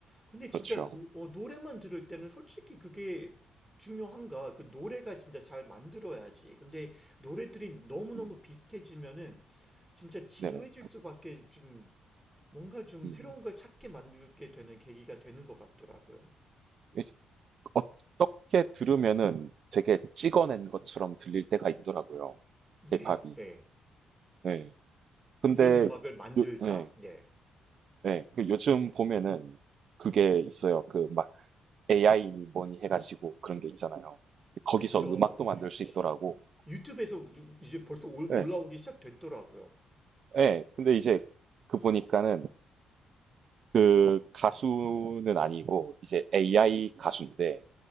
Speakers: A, in the centre; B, on the right.
A: 근데 진짜
B: 그렇죠.
A: 노, 어, 노래만 들을 때는 솔직히 그게 중요한가? 그 노래가 진짜 잘 만들어야지. 근데 노래들이 너무너무
B: 음,
A: 비슷해지면은 진짜 지루해질
B: 네네.
A: 수밖에 좀 뭔가 좀
B: 음.
A: 새로운 걸 찾게 만들게 되는 계기가 되는 것 같더라고요.
B: 이- 어떻게 들으면은 되게 찍어낸 것처럼 들릴 때가 있더라고요.
A: 네,
B: 케이팝이.
A: 네.
B: 네. 근데
A: 이런 음악을 만들자.
B: 요, 네,
A: 네.
B: 네. 그 요즘 보면은 그게 있어요. 그막 AI니 뭐니 해가지고 그런 게 있잖아요. 거기서
A: 그쵸.
B: 음악도 만들
A: 유,
B: 수 있더라고.
A: 유튜브에서 유- 이제 벌써 올,
B: 네.
A: 올라오기 시작됐더라고요.
B: 네. 근데 이제 그 보니까는 그 가수는 아니고 이제 AI 가수인데